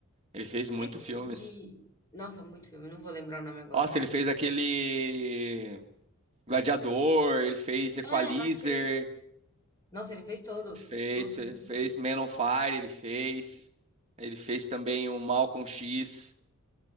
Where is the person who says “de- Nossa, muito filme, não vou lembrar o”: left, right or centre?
Left